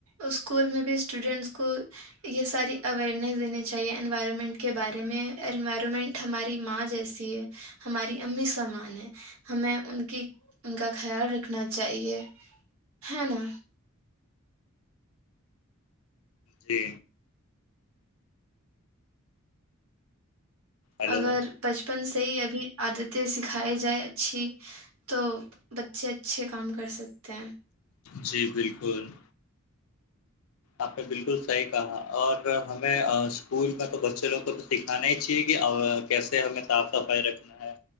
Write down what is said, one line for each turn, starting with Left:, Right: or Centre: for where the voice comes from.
Right: اسکول میں بھی اسٹوڈینٹس کو یہ ساری اوئیرنیس دینی چاہیے انوائرمنٹ کے بارے میں انوائرمنٹ ہماری ماں جیسی ہے ہماری امی سمان ہے ہمیں ان کی ان کا خیال رکھنا چاہیے ہے نا
Left: جی ہلو
Right: اگر بچپن سے ہی ابھی عادتیں سکھائی جائیں اچھی تو بچے اچھے کام کر سکتے ہیں
Left: جی بالکل آپ نے بالکل صحیح کہا اور ہمیں ا اسکول میں تو بچے لوگ کو تو سکھانا ہی چاہیے کہ ا کیسے ہمیں صاف صفائی رکھنا ہے